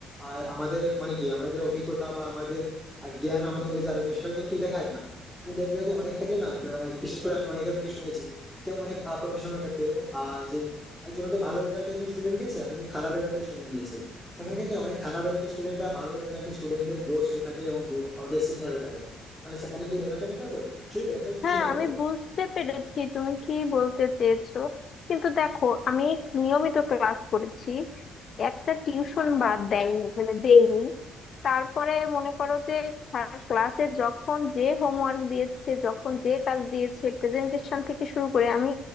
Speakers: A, in the centre; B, on the left (about 50°).
A: আর আমাদের মানে কি আমাদের অভিজ্ঞতা বা আমাদের আহ, জ্ঞান আমাদের মধ্যে যা রয়েছে সেটা কিন্তু দেখায় না তুমি দেখবে তো অনেক ক্ষেত্রে না আহ, বিশেষ করে আমি অনেকের মুখে শুনেছি যে অনেক প্রফেশনাল ক্ষেত্রে আহ যে একজন তো ভালো রেজাল্ট একজন স্টুডেন্ট গেছে আর একজন খারাপ রেজাল্টে স্টুডেন্ট দিয়েছে সেখানে কিন্তু অনেক খারাপ রেজাল্টের স্টুডেন্টরা ভালো রেজাল্টের স্টুডেন্টদের বস হয়ে থাকে এবং আমাদের সিনিয়র হয়ে থাকে তাহলে সেখানে কি রেজাল্টটা মেটার করে অ্যাকচুয়ালি রেজাল্ট কিছু
B: হ্যাঁ
A: মেটার
B: আমি
A: করে
B: বুঝতে পেরেছি তুমি কি বলতে চেয়েছো কিন্তু দেখো আমি নিয়মিত ক্লাস করেছি একটা টিউশন বাদ দেয়নি মানে দেইনি তারপরে মনে করো যে স্যার ক্লাসে যখন যে হোমওয়ার্ক দিয়েছে যখন যে কাজ দিয়েছে প্রেজেন্টেশন থেকে শুরু করে আমি